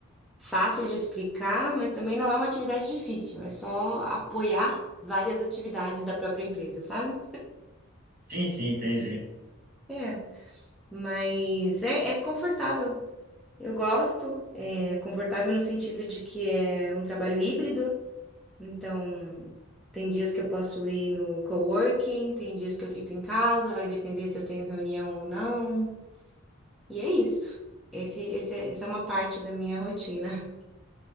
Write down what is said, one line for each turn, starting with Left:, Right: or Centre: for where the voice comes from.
Centre: fácil de explicar, mas também não é uma atividade difícil, é só apoiar várias atividades da própria empresa, sabe?
Right: Sim, sim, entendi.
Centre: É, mas é, é confortável. Eu gosto, é confortável no sentido de que é um trabalho híbrido, então tem dias que eu posso ir no coworking, tem dias que eu fico em casa, vai depender se eu tenho reunião ou não. E é isso. Esse, esse, é, essa é uma parte da minha rotina.